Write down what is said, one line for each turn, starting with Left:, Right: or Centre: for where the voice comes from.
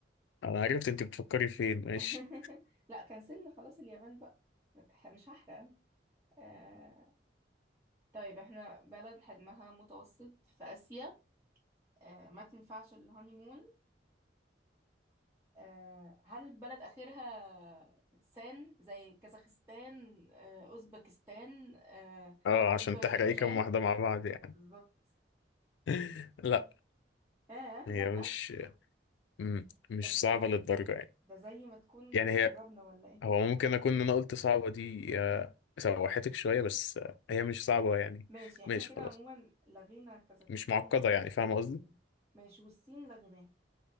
Left: انا عرفت انت بتفكري فين ماشي
Right: <laughs> لا كنسلنا خلاص اليابان بقى متح- مش هحرق أنا. آه طيب احنا بلد حجمها متوسط في آسيا آه ما تنفعش الهانيمون آه، هل بلد آخرها سان زي كازاخستان آه، أوزبكستان آه،
Left: اه
Right: أذربيجان
Left: عشان تحرقي كام واحده مع بعض يعني
Right: بالظبط
Left: <laughs> لا
Right: آه
Left: هي
Right: لأ
Left: مش مم، مش
Right: طب
Left: صعبه
Right: ده زي
Left: للدرجه يعني
Right: ده زي ما تكون
Left: يعني هي
Right: قربنا ولا إيه
Left: هو ممكن اكون انا قلت صعبة دي آه، سوحتك شوية بس آه، هي مش صعبة يعني
Right: ماشي إحنا
Left: ماشي
Right: كده
Left: خلاص
Right: عموما لغينا كازاخستان
Left: مش معقدة
Right: وأوزبكستان
Left: يعني فاهمة قصدي
Right: وكده ماشي والصين لغيناها